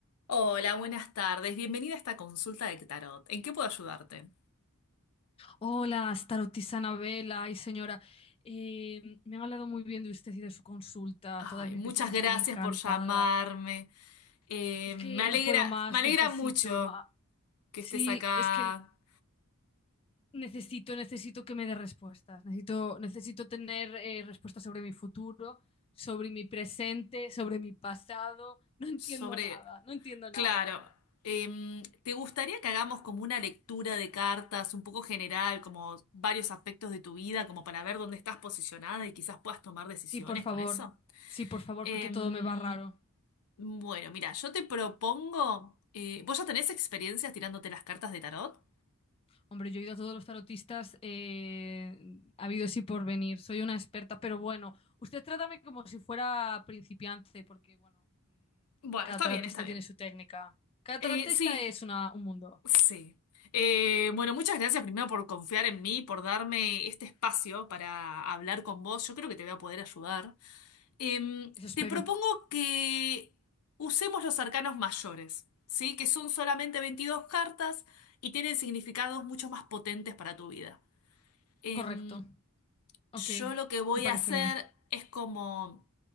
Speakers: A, on the left; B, on the left.
A: Hola, buenas tardes. Bienvenida a esta consulta de tarot. ¿En qué puedo ayudarte?
B: Hola, tarotista Vela, ay señora, Eh, me han hablado muy bien de usted y de su consulta.
A: Ay,
B: Todas mis
A: muchas
B: vecinas
A: gracias
B: están encantadas.
A: por llamarme. Eh,
B: Es
A: me
B: que
A: alegra,
B: no puedo más,
A: me alegra
B: necesito
A: mucho
B: más.
A: que
B: Sí,
A: estés acá
B: es que necesito, necesito que me dé respuestas. Necesito, necesito tener eh, respuestas sobre mi futuro, sobre mi presente, sobre mi pasado. No entiendo
A: sobre...
B: nada, no entiendo nada.
A: Claro. em, ¿te gustaría que hagamos como una lectura de cartas un poco general, como varios aspectos de tu vida, como para ver dónde estás posicionada y quizás puedas tomar decisiones
B: Sí, por favor,
A: con eso?
B: sí, por favor,
A: Em,
B: porque todo me va raro.
A: bueno, mira, yo te propongo. eh, ¿vos ya tenés experiencias tirándote las cartas de tarot?
B: Hombre, yo he ido a todos los tarotistas eh, ha habido así por venir. Soy una experta, pero bueno, usted trátame como si fuera principiante, porque bueno, mm,
A: Bueno,
B: cada
A: está
B: tarotista
A: bien, está bien.
B: tiene su técnica. Cada
A: Eh,
B: tarotista
A: sí,
B: es una- un mundo.
A: sí. Eh, bueno, muchas gracias primero por confiar en mí, por darme este espacio para hablar con vos. Yo creo que te voy a poder ayudar. Em,
B: Eso espero.
A: te propongo que usemos los arcanos mayores, ¿sí? Que son solamente 22 cartas y tienen significados mucho más potentes para tu vida. Em,
B: Correcto. Ok,
A: Yo lo que voy
B: me parece
A: a hacer
B: bien.
A: es como,